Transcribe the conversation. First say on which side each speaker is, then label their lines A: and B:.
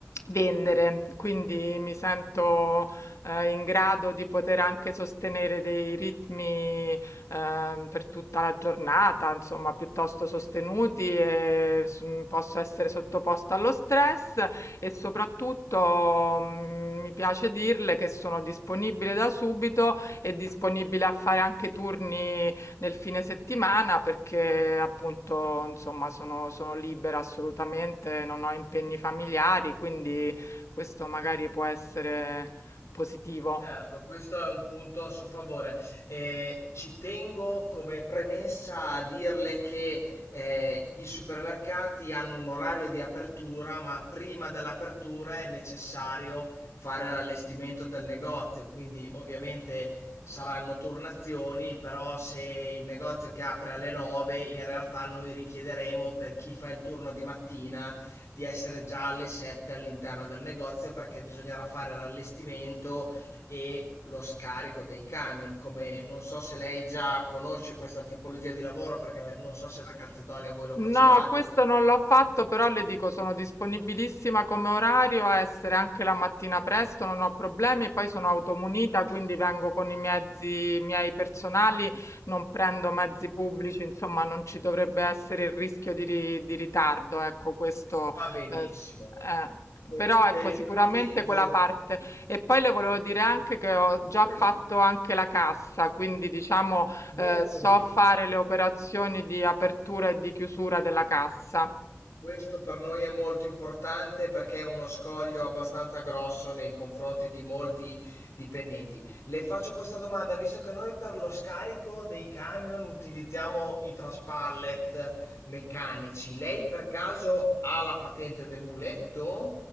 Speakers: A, on the left (about 85°); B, on the left (about 70°).
A: vendere, quindi mi sento eh, in grado di poter anche sostenere dei ritmi ehm, per tutta la giornata, insomma, piuttosto sostenuti e s- mh, posso essere sottoposta allo stress e soprattutto, mh, mi piace dirle che sono disponibile da subito e disponibile a fare anche turni nel fine settimana perché appunto, insomma, sono, sono libera assolutamente, non ho impegni familiari, quindi questo magari può essere positivo.
B: Certo, questo è un punto a suo favore. Eh, ci tengo come premessa a dirle che eh, i supermercati hanno un orario di apertura, ma prima dell'apertura è necessario fare l'allestimento del negozio, quindi ovviamente saranno turnazioni, però se il negozio che apre alle 9, in realtà noi richiederemo per chi fa il turno di mattina di essere già alle 7 all'interno del negozio perché bisognerà fare l'allestimento e lo scarico dei camion, come non so se lei già conosce questa tipologia di lavoro, perché non so se da Calzedonia voi lo facevate,
A: No, questo non l'ho fatto, però le dico sono disponibilissima come orario a essere anche la mattina presto, non ho problemi, poi sono automunita, quindi vengo con i mezzi miei personali, non prendo mezzi pubblici, insomma non ci dovrebbe essere il rischio di, ri- di ritardo, ecco questo.
B: va benissimo.
A: eh, s- eh,
B: Pe-
A: Però
B: Per
A: ecco
B: il
A: sicuramente
B: parcheggio,
A: quella parte. E poi le volevo dire anche che ho già
B: prego,
A: fatto anche la cassa, quindi diciamo
B: molto
A: eh, so
B: bene.
A: fare le operazioni di apertura e di chiusura della cassa.
B: Questo per noi è molto importante perché è uno scoglio abbastanza grosso nei confronti di molti dipendenti. Le faccio questa domanda, visto che noi per lo scarico dei camion utilizziamo i traspallet meccanici, lei per caso ha la patente del muletto?